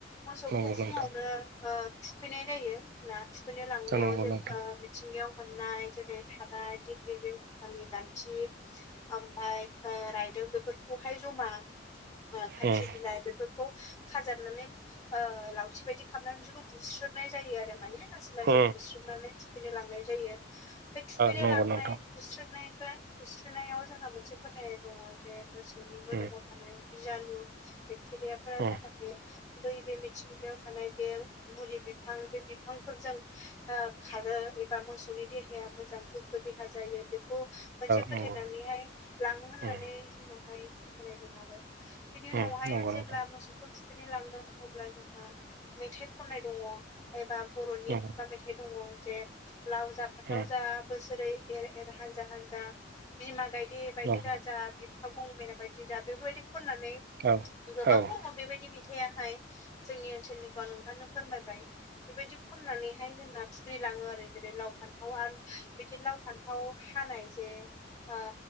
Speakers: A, on the left (about 20°); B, on the right (about 55°).
A: मोसौखौ
B: नंगौ नोंथां
A: फुङावनो ओ थुखैनाय जायो ना थुखैनो लांनायाव
B: नंगौ
A: जे
B: नोंथां
A: ओ मिथिंगायाव मोननाय जेरै थाराय दिग <unintelligible> गान्थि ओमफाय ओ रायदों बेफोरखौहाय जमा ओ खाथ्रि
B: उम
A: बिलाइ बेफोर खौ खाजाबनानै ओ लावथि बायदि खामना बिसोरखौ बुस्रोननाय जायो आरो माने लासै लासै
B: उम औ
A: बुस्रोमनानै थुखैनो लांनाय जायो। बे थुखैनो
B: नंगौ
A: लांनाय
B: नोंथां
A: बुस्रोदनायखो बुस्रोननायाव जोंहा मोनसे फोथायनाय दङ जे मोस <unintelligible> नि मोदोमाव
B: उम
A: थानाय बिजानु बेक्टेरियाफोरा
B: उम
A: जाहाथ
B: औ
A: ते बै बे मिथिंगायाव थानाय बे मुलि बिफां बे बिफांफोरजों ओ खार ओ एबा मोसौनि देहाया मोजां गोगो देहा जायो बेखौ मोनसे फोथायनानैहाय
B: नंगौ
A: लाङो होननानै
B: उम
A: जोंनाव हाय फोथायनाय दं आरो बिनि उनावहाय
B: उम नंगौ नोंथां
A: जेब्ला मोसौखौ थुखैनो लाङो अब्ला जोंहा मेथाइ खननाय दङ एबा बर'नि
B: नंगौ
A: खुगा मेथाइ दङ जे लाव जा फानथाव
B: उम
A: जा बोसोरै एर-एर हानजा-हानजा बिमा गायदि बायदि
B: नंगौ औ उम नंगौ नोंथां उम
A: दाजा
B: औ उम नंगौ नोंथां उम नंगौ नोंथां उम
A: हागं मेना बायदि जा बेफोर बायदि खननानै
B: नंगौ
A: गोबां
B: नोंथां उम औ नंगौ उम औ
A: दङ बेबायदि मेथाइया हाय जोंनि ओनसोलनिखौ आं नोंथांनो फोरमायबाय बेबायदि खननानै हाय जोंना थुखै लाङो आरो जेरै लाव फान्थाव आर बिदि लाव फान्थाव हानाय जे ओ